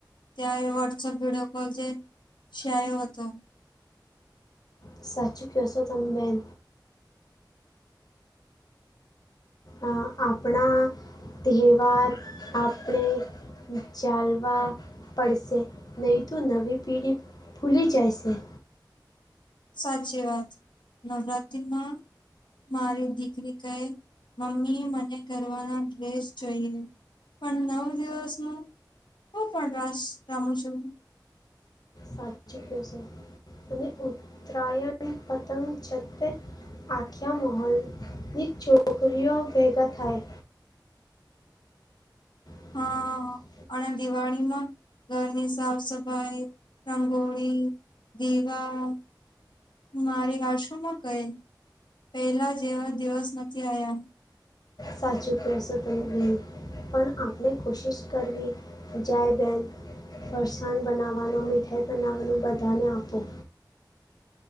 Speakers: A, on the left; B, on the left.
A: ત્યારે વોટ્સઅપ વિડીયો કોલ જે આવ્યો હતો.
B: સાચું કહેશો તમે, બેન. અ આપણા તહેવાર આપણે ચાલવા પડશે નહીં, તો નવી પેઢી ફૂલી જાય છે.
A: સાચી વાત, નવરાત્રિમાં મારી દીકરી કઈ. મમ્મી, મને કરવાના ડ્રેસ જોઈએ, પણ નવ દિવસનું હું પ્રકાશ રમું છું.
B: સાચી ક્હેશો છે, અને ઉત્તરાયણ પતંગ આખ્યા મહોલની છોકરીઓ ભેગા થાય. <inaudible>
A: હા અને દિવાળીમાં ઘરની સાફ સફાઈ, રંગોળી દીવા મારી આસુ માં કહી પહેલા જેવા દિવસ નથી આવ્યા.
B: સાચું કસો બેન પણ આપણે કોશિશ કરવી જ્યારે બેન ફરસાણ બનાવવાનું મીઠાઈ બનાવવાનું બધાને આપો.